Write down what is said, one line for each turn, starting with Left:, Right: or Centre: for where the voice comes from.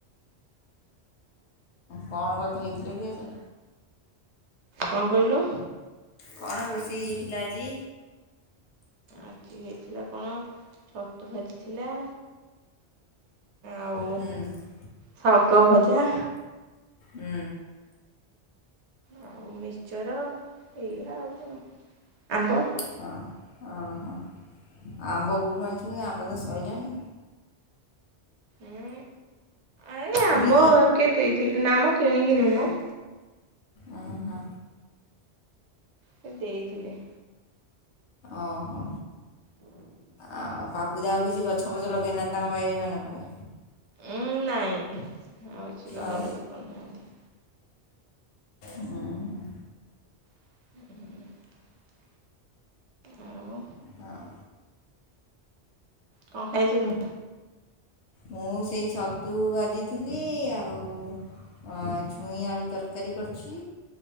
Left: କଣ କଥା ହେଇଥିଲ କି ଆଜି?
Right: କଣ କହିଁଲୁ?
Left: କଣ ରୋଷେଇ ହେଇଥିଲା ଆଜି?
Right: ଆଜି ହେଇଥିଲା କଣ ଛତୁ ଭାଜି ଥିଲା। ଆଉ
Left: ହୁଁ।
Right: ଶାଗ ଭଜା।
Left: ହୁଁ।
Right: ଆଉ ମିଶ୍ଚର ଏଇଆ ଆଉ କଣ ଆମ୍ବ।
Left: ହଁ ହଁ ହଁ ଆମ୍ବ କଉଠୁ ଆଣୁଚୁ କି? ଆମ୍ବ ତ ସଇଲାଣି।
Right: ଉଁ ଏଇ ଆମ୍ବ
Left: କିଣିକି
Right: କେ ଦେଇଥିଲେ ନାଁ ମ କିଣିକି ନୁହେଁ ମ।
Left: ଓ ହୋ।
Right: ସେ ଦେଇଥିଲେ।
Left: ଓହୋ ଆଉ ପାପୁ ଆଉ କିଛି ଗଛ <unintelligible> ଲଗେଇ ନାଆନ୍ତି ତାଙ୍କ ବାଇରି ମାନଙ୍କରେ।
Right: ଉଁ ନାଇଁ ଆଉ କିଛି ଲଗା
Left: ଆଉ
Right: ଲୁଗି କରୁନାହାଁନ୍ତି।
Left: ଉଁ ହୁଁ।
Right: <unintelligible> ଆଉ।
Left: ହଉ।
Right: କଣ ଖାଇଥିଲୁ?
Left: ମୁଁ ସେଇ ଛତୁ ଭାଜିଥିଲି ଆଉ ଅଁ ଛୁଇଁ ଆଳୁ ତରକାରୀ କରିଚି।